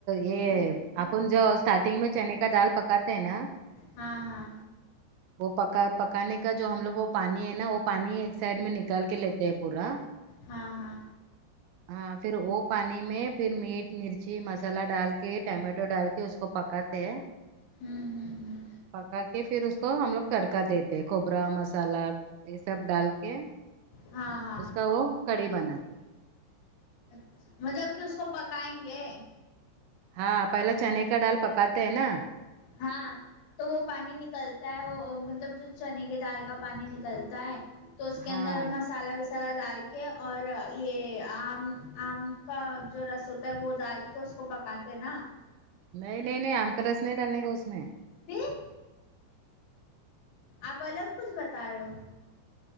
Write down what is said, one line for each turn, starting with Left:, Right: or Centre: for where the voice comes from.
Right: یہ اپن جو اسٹارٹنگ میں چنے کا دال پکاتے ہیں نا
Left: ہاں ہاں
Right: وہ پکا پکانے کا جو ہم لوگ وہ پانی ہے نا وہ پانی ایک سائڈ میں نکال کے لیتے ہے پورا
Left: ہاں ہاں
Right: ہاں پھر وہ پانی میں پھر میٹ مرچی مسالہ ڈال کے ٹمیٹو ڈال کے اس کو کو پکاتے ہیں
Left: ہ ہ
Right: پکا کے پھر اس کو ہم لوگ تڑکا دیتے ہیں کھوپرا مسالہ یہ سب ڈال کے
Left: ہاں ہاں
Right: اس کا وہ کڑی بناتے
Left: اچھا مطلب کہ اس کو پکائیں گے
Right: ہاں پہلا چنے کا ڈال پکاتے ہیں نا
Left: ہاں تو وہ پانی نکلتا ہے وہ مطلب جو چنے کی دال کا پانی نکلتا ہے تو اس کے
Right: ہاں
Left: اندر مسالہ وسا مسالا ڈال کے اور یہ آم آم کا جو رس ہوتا ہے وہ ڈال کے اس کو پکاتے نا
Right: نہیں نہیں نہیں آم کا رس نہیں ڈالنے کا اس میں
Left: پھر آپ الگ کچھ بتا رہے ہو